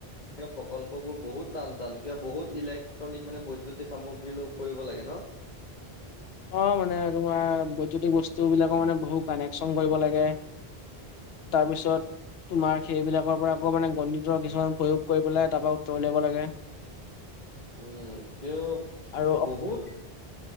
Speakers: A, on the left; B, on the left.
A: প্ৰকল্পবোৰ বহুত টান-টান! কিয়, বহুত ইলেক্ট্ৰনিক মানে, বৈদ্যুতিক সামগ্ৰী ল কৰিব লাগে ন?
B: অ মানে তোমাৰ বৈদ্যুতিক বস্তু বিলাকৰ মানে বহুত কানেকচন কৰিব লাগে। তাৰ পিছত? তোমাৰ সেইবিলাকৰ পৰা আকৌ মানে গণিতৰ কিছুমান প্ৰয়োগ কৰি পেলাই তাৰ পৰা উত্তৰ উলিয়াব লাগে।
A: উম কিয়
B: আৰু অ
A: বহুত।